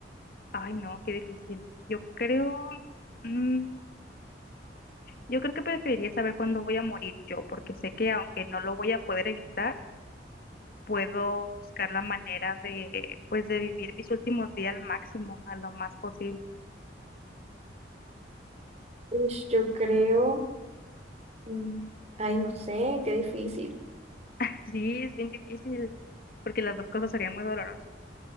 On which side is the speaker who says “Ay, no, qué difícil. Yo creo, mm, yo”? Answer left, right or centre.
Left